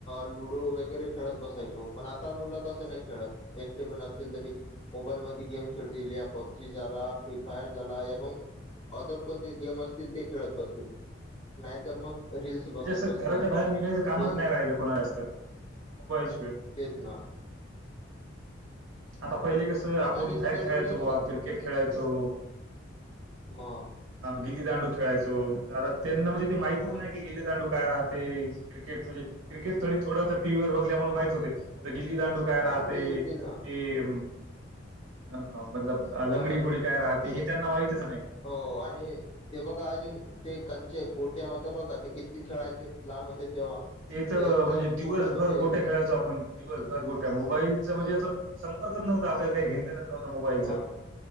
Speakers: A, on the left (about 30°); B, on the right (about 80°).
A: लुडो वगैरे खेळत बसायचो पण आ ता मुलं तस नाही खेळत. एकटे पण असतील तरी. मोबाईल मध्ये गेम खेळतेल्या. पबजी झाला फ्री फायर झाला ए अथर कोणते गेम असतील ते खेळत बसतील नाहीतर मग रील्स बघत
B: जास्त
A: बसतील
B: घराच्या बाहेर निघायचं कामच
A: रील्स
B: नाही राहिलं कोणा जास्त मोबाईल शिवाय.
A: तेच ना.
B: आता पहिले कसं, आपण
A: आणि
B: बाहेर
A: जर
B: खेळायचो
A: कोणी
B: बुवा क्रिकेट खेळायचो.
A: मं.
B: गिल्लीदांडू खेळायचो. आता त्यांना म्हणजे ते माहितच
A: म
B: नाही की गिल्लीदांडू काय राहात. ते क्रिकेट म्हणजे क्रिकेट थोडी थोडं टीव्हीवर बघल्यामुळे माहित होते. आता गिल्ली दांडू काय राहते.
A: हा ते ते ना
B: कि मतलब
A: मग
B: लंगडी घोडी काय राहते हे त्यांना माहितचं नाही.
A: हो आणि ते बघा अजून ते कंचे गोट्या होत बघा ते किती खेळायचे लहान होते तेव्हा.
B: तेथं
A: त्यात
B: म्हणजे दिवसभर
A: खूपच म्हणजे
B: गोठ्या खेळायचो आपण दिवसभर गोठ्या मोबाईलचं म्हणजे असं संपर्कच नव्हता. आपल्याला काही घेणं देणं नव्हतं मोबाईलचं.
A: म